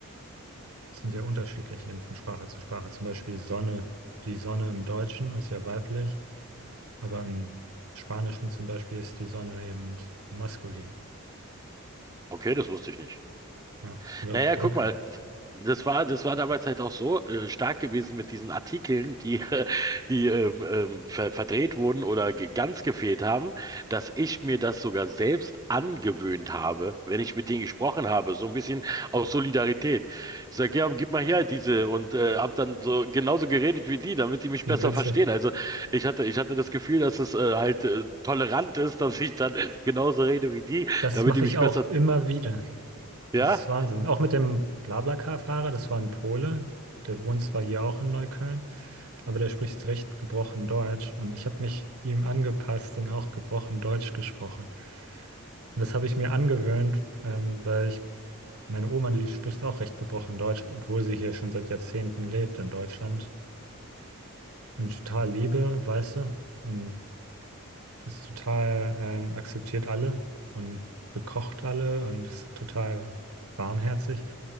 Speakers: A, on the right; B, on the right.
A: sind ja unterschiedlich eben von Sprache zu Sprache. Zum Beispiel Sonne, die Sonne im Deutschen ist ja weiblich, aber im Spanischen zum Beispiel ist die Sonne eben maskulin.
B: Okay, das wusste ich nicht.
A: Ja. Oder
B: Naja,
A: Brücke.
B: guck mal, das war, das war damals halt auch so äh, stark gewesen mit diesen Artikeln, die, <laughs> äh, die ähm, ähm, ver verdreht wurden oder ge ganz gefehlt haben, dass ich mir das sogar selbst angewöhnt habe, wenn ich mit denen gesprochen habe, so ein bisschen aus Solidarität. Ich sage, ja, gib mal her diese und äh, habe dann so genauso geredet wie die, damit die mich
A: Wie
B: besser
A: witzig.
B: verstehen. Also ich hatte, ich hatte das Gefühl, dass es äh, halt äh, tolerant ist, dass ich dann <laughs> genauso rede wie die,
A: Das
B: damit
A: mache
B: die mich
A: ich auch
B: besser,
A: immer wieder.
B: ja?
A: Das ist Wahnsinn. Auch mit dem BlaBlaCar-Fahrer, das war ein Pole, der wohnt zwar hier auch in Neukölln, aber der spricht recht gebrochen Deutsch und ich habe mich ihm angepasst und auch gebrochen Deutsch gesprochen. Und das habe ich mir angewöhnt, ähm, weil ich, meine Oma, die spricht auch recht gebrochen Deutsch, obwohl sie hier schon seit Jahrzehnten lebt in Deutschland. Und ich total liebe, weißt du, und ist total ähm, akzeptiert alle und bekocht alle und ist total warmherzig,